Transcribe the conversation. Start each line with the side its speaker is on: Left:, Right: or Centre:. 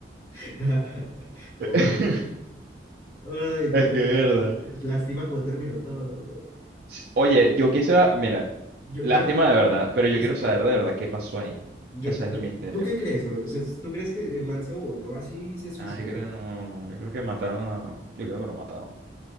Left: <laughs> No,
Right: <laughs>
Left: bro, Ay, no,
Right: Es
Left: pero
Right: que es verdad.
Left: lástima cómo terminó todo, ¿no? Pero
Right: Sí, Oye, yo quisiera, mira,
Left: Yo,
Right: lástima
Left: yo,
Right: de verdad, pero yo
Left: es-
Right: quiero saber de verdad qué pasó ahí,
Left: yo,
Right: ese es
Left: yo,
Right: el misterio.
Left: ¿tú qué crees, bro? O sea, ¿tú crees que el man se botó así y se suicidó?
Right: Ah, yo creo, no, no, yo creo que mataron a, yo creo que lo mataron,